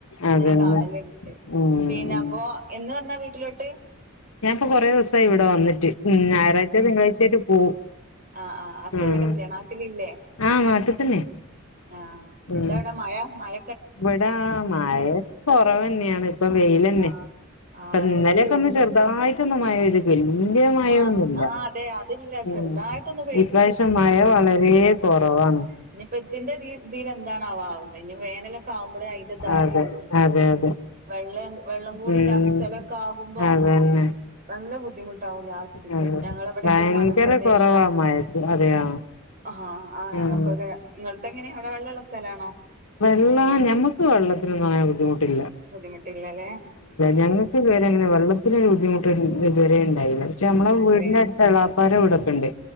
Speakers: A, on the left; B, on the right.
A: അതന്നെ
B: അങ്ങനെ കാണലുണ്ട്.
A: ഉം
B: പിന്നെ
A: ഉം
B: അപ്പൊ എന്ന് വന്നാ വീട്ടിലോട്ട്?
A: ഞാൻ ഇപ്പോ കുറെ ദിവസായി ഇവിടെ വന്നിട്ട് ഞായറാഴ്ചോ തിങ്കളാഴ്ചായിട്ട് പോവും.
B: ആ ആ അസി
A: ഉം
B: ഇവിടല്ലേ നാട്ടിൽ ഇല്ലേ?
A: ആഹ് നാട്ടി തന്നെ
B: ആ
A: ഉം
B: എന്താ അവിടെ മഴ മഴ
A: ഇവിടാ മഴ കൊറവന്നെയാണ് ഇപ്പൊ വെയിലന്നെ.
B: ആഹ് ആഹ്
A: ഇപ്പം
B: അതന്നെ
A: ഇന്നലെയൊക്കെ
B: എല്ലോട്ത്തും
A: ഒന്ന് ചെറുതായിട്ടോന്ന് മഴ വലിയ മഴൊന്നുല്ല
B: ആഹ് ആഹ് അതെ അതില്ല ചെറുതായിട്ടൊന്ന്
A: എം ഇപാവശ്യം മഴ വളരെ കൊറവാണ്
B: ആ ഇനിപ്പോ ഇതിന്റെതിൽ എന്താണ് ആവാ ഇനി വേനലൊക്കെ ആവുമ്പോഴേ അതിന്റെ ത് അറിയുള്ളു
A: അതെ
B: നമ്മള്.
A: അതെ അതെ
B: വെള്ളം വെള്ളം കൂടി
A: ഉം
B: ഇല്ലാത്ത സ്ഥലമൊക്കെ ആകുമ്പോ
A: അതന്നെ
B: നല്ല ബുദ്ധി വും ലാസ്റ്റിക്ക്
A: അതെ
B: ഞങ്ങളവിടെയൊക്കെ
A: ഭയങ്കര
B: ഒരു മലപ്രദേശാ.
A: കൊറവാ മഴക്ക് അതെയോ
B: ആഹാ ആ ഞങ്ങൾക്കൊക്കെ
A: ഉം
B: നിങ്ങൾക്ക് എങ്ങനെയാ അവിടെ വെള്ളള്ള സ്ഥലാണോ?
A: വെള്ളം ഞമ്മക്ക് വെള്ളത്തിനൊന്നും അങ്ങനെ ബുദ്ധിമു ട്ടിഇല്ല
B: ബുദ്ധിമുട്ടില്ലല്ലേ
A: ഞങ്ങൾക്ക് ഇത് വെരങ്ങനെ വെള്ളത്തിന് ബുദ്ധിമുട്ട് ഇതുവരെ യില്ല പക്ഷെ നമ്മളെ
B: ആഹ്
A: വീടിന്റെ
B: ഇത്രയും
A: അടുത്ത് എളാപ്പാര വീടക്കുണ്ട്